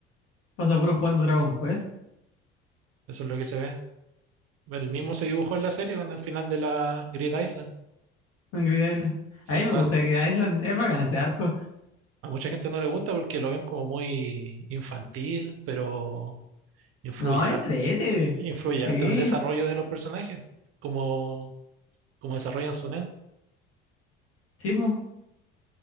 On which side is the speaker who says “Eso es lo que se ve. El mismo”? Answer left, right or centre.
Right